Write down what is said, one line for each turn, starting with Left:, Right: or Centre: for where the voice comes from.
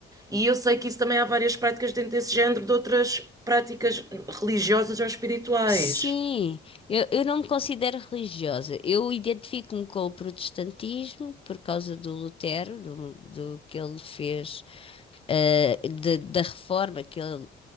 Right: e eu sei que isso também há várias práticas dentro desse género, de outras práticas religiosas ou espirituais.
Left: Sim, eu, eu não me considero religiosa. Eu identifico-me com o protestantismo por causa do Lutero, do, do que ele fez, eh, de- da reforma que ele